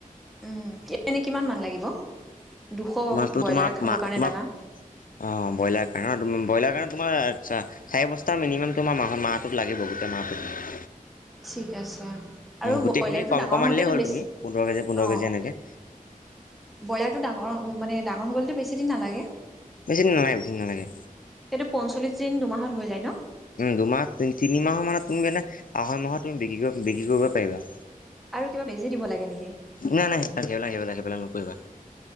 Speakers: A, in the centre; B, on the left.
A: উম, এনে কিমান মান লাগিব, দুশ
B: তোমাকতো
A: ব্ৰইলাৰ
B: তোমাক
A: খাব
B: মা
A: কাৰণে
B: তোমাক
A: দানা?
B: অ', ব্ৰইলাৰ কাৰণে, ব্ৰইলাৰ কাৰণে তোমাৰ আচ্ছা চাৰি বস্তা মিনিমাম তোমাৰ মাহ মাহটোত লাগিব গোটেই মাহটোত।
A: ঠিক আছে। আৰু
B: গোটেইখিনি
A: ব্ৰইলাৰটো
B: কম-কম
A: ডাঙৰ হওঁতেতো
B: আনিলে হ'ল
A: বেছি
B: তুমি পোন্ধৰ কেজি পোন্ধৰ
A: অ
B: কেজি এনেকে।
A: ব্ৰইলাৰটো ডাঙৰ মানে ডাঙৰ হ'বলৈতো বেছি দিন নালাগে?
B: বেছি দিন নালাগে, বেছি দিন নালাগে।
A: সেইটো পঞ্চল্লিছ দিন দুমাহত হৈ যায় ন'?
B: দুমাহ তি তিনিমাহৰ মানত তুমি মানে আঢ়ৈ মাহত তুমি বিক্ৰী কৰিব বিক্ৰী কৰিব পাৰিবা।
A: আৰু কিবা বেজি দিব লাগে নেকি?
B: নাই-নাই সেইবিলাক-সেইবিলাক-সেইবিলাক-সেইবিলাক নকৰিবা।